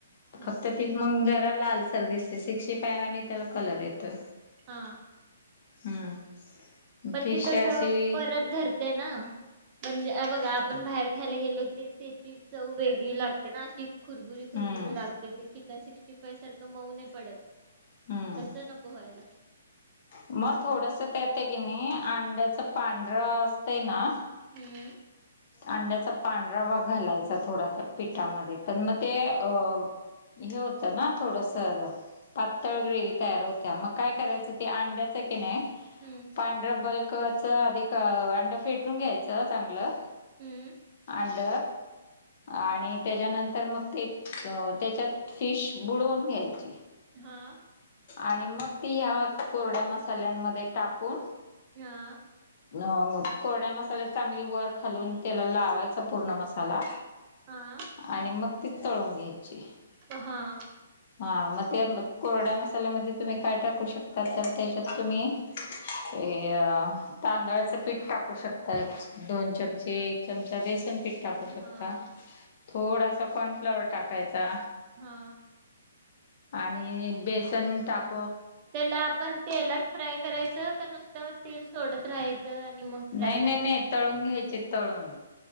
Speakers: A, on the right; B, on the left.
A: हा
B: फक्त ती मग जरा लाल र दिसते सिक्स्टी फायव आणि त्याला कलर येतोय
A: ह
B: हम्म
A: पण
B: फिश
A: ती तस
B: अशी
A: परत धरते ना म्हणजे बघा आपण बाहेर खायला गेलो तर त्याची चव वेगळी लागते ना अशी खुरबुरी खुरबुरी
B: हम्म
A: लागते ती चिकन सिक्स्टी फाई सारखं मऊ नाही पडत
B: हम्म
A: कस न पोहायला
B: मग थोडस त्याेतं की नाही अंड्याच पांढरं असत ना
A: हम्म
B: अंड्याचा पांढरा भाग घालायचा थोडा त्या पिठामध्ये पण मग ते अ हे होतं ना थोडस पातळ ग्रेवी तयार होत्या मग काय करायचं तेअंड्याचा किनाय
A: हम्म
B: पांढरा बल् च अधिक अंड फेटून घ्यायचं चांगलं
A: हम्म
B: आड आणि त्याच्यानंतर मग ते त्याच्यात फिश बुडवून घ्यायची.
A: हा
B: आणि मग ती ह्या कोरड्या मसाल्यांमध्ये टाकून
A: हा
B: अ कोरड्या मसाल्या चांगली वर खालून त्याला लावायचा पूर्ण मसाला
A: हा
B: आणि मग ती तळून घ्यायची
A: हा
B: हा मग ते कोरड्या मसाल्यामध्ये तुम्ही काय टाकू शकता तर त्याच्यात तुम्ही ते तांदळाचं पीठ टाकू शकता दोन चमचे एक चमचा बेसन पीक टाकू शकता
A: हा
B: थोडासा कॉर्नफ्लावर टाकायचा
A: हा
B: आणि बेसन टाक
A: त्याला आपण तेलात फ्राय करायचं का नुसत तेल सोडत राहायचं आणि मग
B: नाही
A: फ्राय
B: नाही
A: करायचं.
B: नाही तळून घ्यायचे तळून